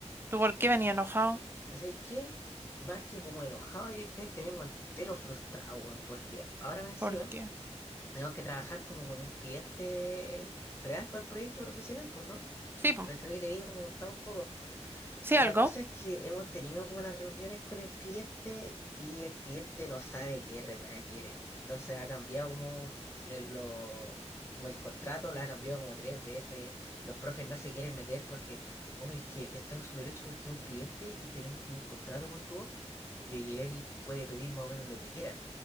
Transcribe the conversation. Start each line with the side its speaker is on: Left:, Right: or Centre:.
Right: ¿Tú por qué venía enojado?
Left: O sea, ¿y qué? Más que como enojado directamente, vengo entero frustrado, weón, porque ahora me encima.
Right: ¿Por qué?
Left: Tenemos que trabajar como con un cliente real para el proyecto profesional, pues, ¿no?
Right: Sí, pues,
Left: Pero creo que te había como contado un poco.
Right: sí,
Left: La
Right: algo.
Left: cosa es que hemos tenido como las reuniones con el cliente y el cliente no sabe qué re weá quiere. Entonces ha cambiado como, le- lo, como el contrato, lo ha cambiado como tres veces. Los profes no se quieren meter porque, oh, es que está en su derecho porque es un cliente y tenemos un contrato con tu OC de que él puede pedir más o menos lo que quiera.